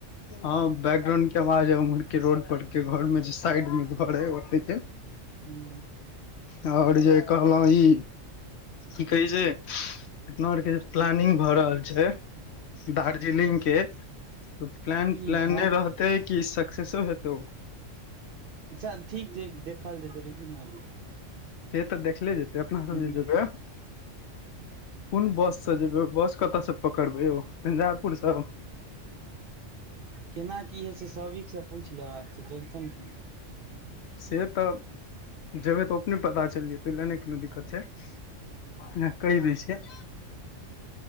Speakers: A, on the left; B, on the right.
A: हँ बैकग्राउंड के आवाज ह उम्हर के रोड पर के घर मे जे साइड मे घर हय ओते के
B: ह
A: आओर जे कहलो ई की कहै छै अपना और के जे प्लानिंग भऽ रहल छै दार्जिलिंग के त प्लान
B: की
A: प्लाने
B: हँ
A: रहते कि सक्सेसो हेतै ओ
B: अच्छा ठीक छै देखल जेतै र ने
A: से तऽ देखले जेतै अपना
B: हूँ,
A: सब जे जबै कोन बस से जेबै बस कतय से पकड़बै यौ झंझारपुरसँ
B: केना की होइ छै सबिकसँ पूछि लेबाक छै टेंशन के
A: से तऽ जेबै तऽ ओ अपने पता चल जेतै सेहो ले लऽ नहि कोनो दिक्कत छै कहि दैत छै